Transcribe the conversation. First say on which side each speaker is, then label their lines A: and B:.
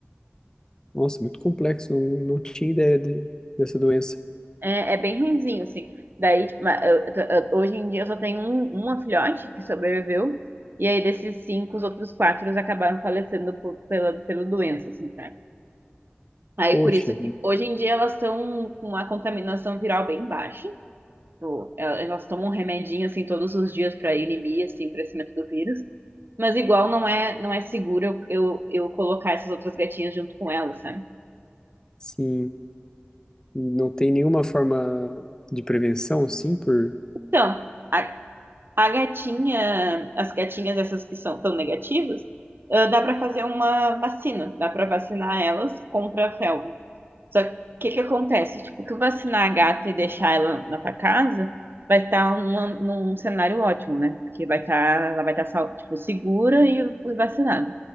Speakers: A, on the left; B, on the right.
A: nossa, muito complexo, não, não tinha ideia de- dessa doença.
B: É, é bem ruimzinho, assim. Daí, tipo, ma- eu- eu- eu- hoje em dia eu só tenho um, uma filhote que sobreviveu, e aí desses cinco, os outros quatro acabaram falecendo por, pela, pela doença, assim, tá? Aí
A: Poxa,
B: por isso que hoje em dia elas estão com uma contaminação viral bem baixa. Tipo, el- Elas tomam um remedinho assim todos os dias para inibir assim, o crescimento do vírus. Mas igual não é não é seguro eu, eu, eu colocar essas outras gatinhas junto com elas, sabe?
A: sim, e não tem nenhuma forma de prevenção, assim, por...
B: Então, a, a gatinha, as gatinhas essas que são tão negativas, ah, dá para fazer uma vacina, dá para vacinar elas contra a felva. Só que o que que acontece? Tipo, tu vacinar a gata e deixar ela na tua casa, vai estar numa- num cenário ótimo, né? Porque vai estar, ela vai estar, sal- tipo, segura e, e vacinada.